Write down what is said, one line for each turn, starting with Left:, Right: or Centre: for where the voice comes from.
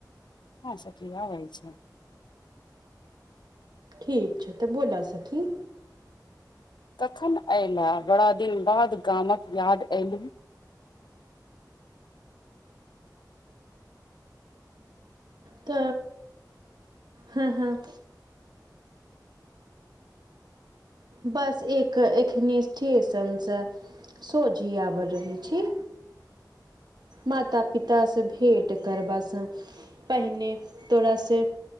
Left: हं सखी आबै छै।
Right: ठीक छै त, बोल सखी।
Left: कखन अयल, बड़ा दिन बाद गामक याद अयली।
Right: त हँ- हँ। बस एक एखन स्टेशनसँ सोझे आबि रहै छी। माता- पिता स भेट करबा स पहिने तोरास